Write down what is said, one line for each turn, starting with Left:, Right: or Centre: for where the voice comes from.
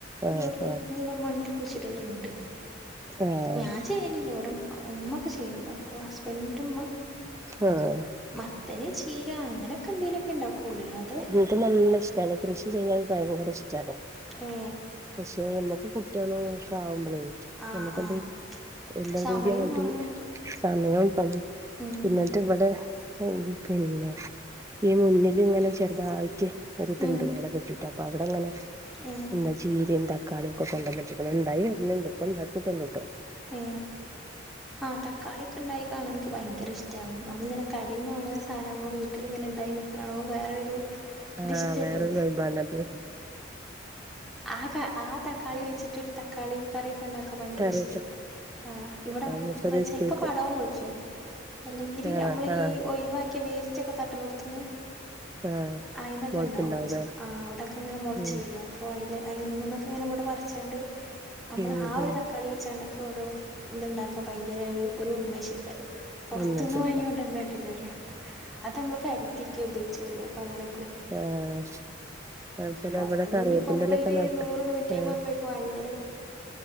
Centre: ഇവിടുള്ള
Right: ആഹ് ആഹ്
Centre: മണ്ണില് കുയ്ച്ചിടല്ണ്ട്
Right: ആഹ്
Centre: ഞാൻ ചെയ്യലില്ല ഇവിടെ ഉമ്മ ഒക്കെ ചെയ്യും ഹസ്ബന്റിന്റെമ്മ
Right: ആഹ്
Centre: മത്തന് ചീര അങ്ങനൊക്കെ എന്തേലൊക്കെ ണ്ടാക്കൊള്ളൂ അല്ലാതെ
Right: ഇൻക്ക് നല്ല ഇഷ്ട്ടാണ് കൃഷി ചെയ്യാൻ ൻക്ക് ഭയങ്കര ഇഷ്ട്ടാണ്
Centre: ഏ
Right: പക്ഷെ മ്മക്ക് കുട്ടിയോളും ഒക്കെ ആവുമ്പളയ്
Centre: ആഹ്
Right: നമുക്കെന്ത്‌
Centre: ആഹ്
Right: എല്ലാം
Centre: സമയം
Right: കൂടി അങ്ങട്ട്
Centre: വേണം
Right: സമയും പണും
Centre: ഉം
Right: ന്നിട്ട് വിടെ ഉം പിന്നെ ഈ മുന്നില് ങ്ങനെ ചെറുതായ്റ്റ് ഒരിത്ണ്ട്
Centre: ഉം
Right: വല കെട്ടി റ്റപ്പൊ അവിടങ്ങനെ <unintelligible>
Centre: ഏ
Right: ചീരേം തക്കാളിയൊക്കെ കൊണ്ടന്ന്ട്ട്ക്ക്ണ് ണ്ടായി വര്ന്ണ്ട് ഇപ്പണ്ടാക്കിട്ടൊള്ളൂട്ടോ ട്ടോ
Centre: ഏ ആ തക്കാളി ക്കെണ്ടായിക്കാണൻ ഇൻക്ക് ഭയങ്കര ഇഷ്ട്ടാ നമ്മളിങ്ങനെ കടെന്ന് വാങ്ങ്ണ സാനം നമ്മളെ വീട്ടിലിങ്ങനെ ണ്ടായി നിക്ക്ണ കാണുമ്പോ വേറൊരു അതിഷ്ടല്ലേ?
Right: ആഹ് വേറൊരു വൈബാണത്
Centre: ആ ക ആ തക്കളി വെച്ചിട്ടൊരു തക്കാളി കറിയൊക്കെ ഉണ്ടാക്കാൻ ഭയങ്കര
Right: കറിവെച്ച
Centre: ഇഷ്ടായി ആഹ് ഇവടം
Right: മൂപ്പര്
Centre: പ്
Right: ഇഷ്ടായിക്ക്
Centre: ചെല്പ്ം പടവും ഒളിച്ചോം. അല്ലെങ്കില്
Right: ആഹ്
Centre: നമ്മളീ
Right: ആഹ്
Centre: ഒഴിവാക്കിയ വേസ് റ്റൊക്കെ തട്ട്ണോട്ത്ത്ന്ന്
Right: ആഹ്
Centre: അയിന്നൊക്കെ
Right: മുളച്ചുണ്ടാവൂലേ
Centre: ഇണ്ടാവും ച്ച് ആഹ് അവടക്കെ ങ്ങനെ മൊളച്ചു
Right: ഉം
Centre: വരും അ അപ്പൊ അതില് ഇന്നൊക്കെ ഇങ്ങനെ ഇവിടെ പറിച്ചോണ്ട് നമ്മള്
Right: ഉം
Centre: ആ ഒരു
Right: ഉം
Centre: തക്കാളി വെച്ചാണ്ട് ഓരോ ഇത്ണ്ടാക്കാൻ ഭയങ്കര ഒരു ഒരു ഉന്മേഷായി. പൊറത്ത്ന്ന്
Right: എന്നാ ചോദിക്കാം
Centre: വാങ്ങിക്കൊണ്ടര്ണേട്ട്ലറ്യ അത് നമ്മള് കര് ത്തിക്കി ഉപയോഗിച്ചുള്ളൂ പ്പ അങ്ങനെ
Right: ഏഹ് അത് ശരി
Centre: പൊറത്തുന്ന്
Right: ഇവടെ കറിവേപ്പിൻ്റലക്കെ
Centre: ഇനിയിപ്പോ നമ്മളൊരു
Right: നട്ട്
Centre: നൂറ് നൂറ്റി
Right: ഏഹ്
Centre: അമ്പത് റുപ്യക്ക് വാങ്ങിയാലും